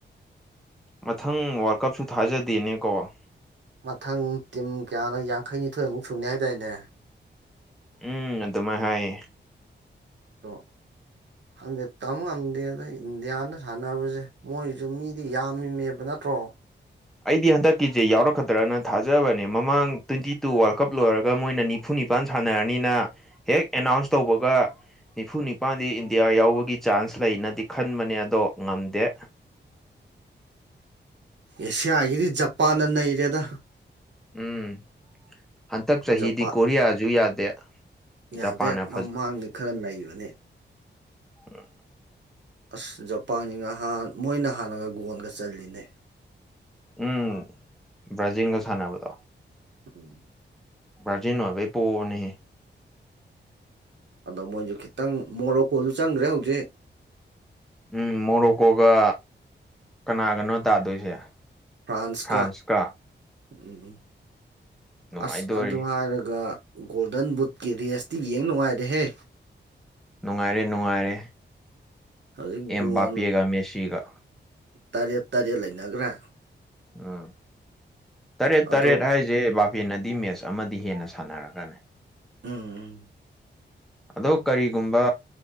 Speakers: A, in the centre; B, on the right (about 70°).
A: ꯃꯊꯪ ꯋꯥꯔꯜ ꯀꯞꯁꯨ ꯊꯥꯖꯗꯦꯅꯦꯀꯣ
B: ꯃꯊꯪ ꯇꯤꯝ ꯀꯌꯥꯅꯣ ꯌꯥꯡꯈꯩꯅꯤꯊꯣꯏꯃꯨꯛ ꯁꯨꯅꯤ ꯍꯥꯏꯇꯥꯏꯦꯅꯦ
A: ꯎꯝ ꯑꯗꯨꯃꯥꯏ ꯍꯥꯏꯌꯦ
B: ꯇ ꯍꯪꯗꯦ ꯇꯝ ꯉꯝꯗꯦꯗ ꯏꯟꯗꯤꯌꯥꯅ ꯁꯥꯟꯅꯕꯁꯦ ꯃꯣꯏꯁꯨ ꯃꯤꯗꯤ ꯌꯥꯝꯃꯤꯃꯦꯕꯅ ꯅꯠꯇ꯭ꯔꯣ
A: ꯑꯩꯗꯤ ꯍꯟꯗꯛꯀꯤꯁꯦ ꯌꯥꯎꯔꯛꯀꯗ꯭ꯔꯅ ꯊꯥꯖꯕꯅꯦ ꯃꯃꯥꯡ ꯇ꯭ꯋꯦꯟꯇꯤ ꯇꯨ ꯋꯥꯔꯜ ꯀꯞ ꯂꯣꯏꯔꯒ ꯃꯣꯏ ꯅꯤꯐꯨꯅꯤ ꯅꯤꯄꯥꯟ ꯁꯥꯟꯅꯔꯅꯤꯅ ꯍꯦꯛ ꯑꯦꯅꯥꯎꯟꯁ ꯇꯧꯕꯒ ꯅꯤꯐꯨ ꯅꯤꯄꯥꯜꯗꯤ ꯏꯟꯗꯤꯌꯥ ꯌꯥꯎꯕꯒꯤ ꯆꯥꯟꯁ ꯂꯩꯅꯗꯤ ꯈꯟꯕꯅꯦ ꯑꯗꯣ ꯉꯝꯗꯦ
B: ꯑꯦꯁꯤꯌꯥ ꯍꯥꯏꯒꯤꯗꯤ ꯖꯄꯥꯟꯅ ꯑꯦꯔꯤꯌꯥꯗ
A: ꯎꯝ ꯍꯟꯇꯛ ꯆꯍꯤꯗꯤ
B: ꯖꯄꯥꯟ
A: ꯀꯣꯔꯤꯌꯥꯁꯨ ꯌꯥꯗꯦ
B: ꯌꯥꯗꯦ
A: ꯖꯄꯥꯟꯅ
B: ꯃꯃꯥꯡꯂꯤ ꯈꯔ ꯅꯩꯕꯅꯤ
A: ꯎꯝ
B: ꯑꯁ ꯖꯄꯥꯟꯁꯤꯅꯥꯟ ꯃꯣꯏꯅ ꯍꯥꯟꯅꯒ ꯒꯣꯟꯒ ꯆꯜꯂꯤꯅꯦ
A: ꯎꯝ ꯕ꯭ꯔꯥꯖꯤꯜꯒ ꯁꯥꯟꯅꯕꯗꯣ
B: ꯎ
A: ꯭ꯔꯖꯅꯣꯕꯩ ꯄꯣꯅꯦ
B: ꯑꯗꯣ ꯃꯣꯏꯁꯨ ꯈꯤꯇꯪ ꯃꯣꯔꯣꯛꯀꯣꯁꯨ ꯆꯪꯈ꯭ꯔꯦ ꯍꯧꯖꯤꯛ
A: ꯎꯝ ꯃꯣꯔꯣꯀꯣꯒ ꯀꯅꯥꯒꯅꯣ ꯇꯥꯗꯣꯏꯁꯦ
B: ꯐ꯭ꯔꯥꯟꯁ
A: ꯐ꯭ꯔꯥꯟꯁꯀ
B: ꯀ ꯎꯝ ꯎ
A: ꯅꯨꯡꯉꯥꯏꯗꯣꯔꯤ
B: ꯑꯁ ꯑꯗꯨ ꯍꯥꯏꯔꯒ ꯒꯣꯜꯗꯟ ꯕꯨꯠꯀꯤ ꯔꯤ ꯑꯦꯁꯇꯤ ꯌꯦꯡ ꯅꯨꯡꯉꯥꯏꯔꯦꯍꯦ
A: ꯅꯨꯡꯉꯥꯏꯔꯦ ꯅꯨꯡꯉꯥꯏꯔꯦ
B: ꯍꯧꯖꯤꯛ
A: ꯑꯦꯝ
B: ꯒꯣꯜ
A: ꯕꯥꯄꯤꯤꯒ ꯃꯦꯁꯤꯤꯒ
B: ꯇꯔꯦꯠ ꯇꯔꯦꯠ ꯂꯩꯅꯈ꯭ꯔꯥ
A: ꯎꯝ ꯇꯔꯦꯠ
B: ꯑꯗꯣ
A: ꯇꯔꯦꯠ ꯍꯥꯏꯁꯦ ꯏꯁꯄꯦꯟꯅꯗꯤ ꯃꯦꯠꯆ ꯑꯃꯗꯤ ꯍꯦꯟꯅ ꯁꯥꯟꯅꯔꯒꯅꯤ
B: ꯎꯝ ꯎꯝ
A: ꯑꯗꯣ ꯀꯔꯤꯒꯨꯝꯕ